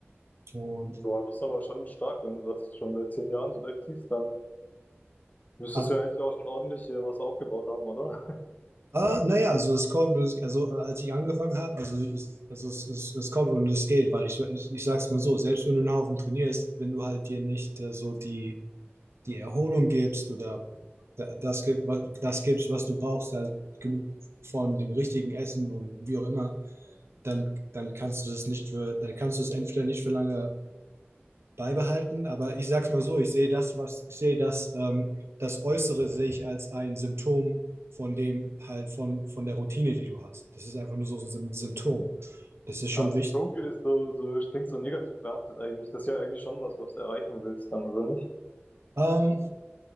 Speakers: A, on the right (about 70°); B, on the left (about 35°).
A: und
B: Boah, das ist aber schon stark, wenn du das schon seit zehn Jahren so durchziehst, dann müsstest
A: ab,
B: du ja eigentlich auch schon ordentlich äh, was aufgebaut haben, oder? <laughs>
A: Ah, naja, also es kommt, und es- also äh, als ich angefangen habe, also, ich- also es, es, es kommt und es geht, weil ich, ich, ich sag's mal so, selbst wenn du einen Haufen trainierst, wenn du halt dir nicht äh, so die, die Erholung gibst oder da- das, gib- wa- das gibst, was du brauchst, also genug von dem richtigen Essen und wie auch immer, dann, dann kannst du das nicht für, dann kannst du es entweder nicht für lange beibehalten. Aber ich sag's mal so, ich sehe das, was ich sehe, das, ähm, das Äußere sehe ich als ein Symptom von dem halt von, von der Routine, die du hast. Das ist einfach nur so ein Symptom. Das ist schon
B: Ja, Symptomke
A: wichtig.
B: ist so, so, klingt so negativ behaftet eigentlich. Das ist ja eigentlich schon was, was du erreichen willst dann, oder nicht?
A: Ähm,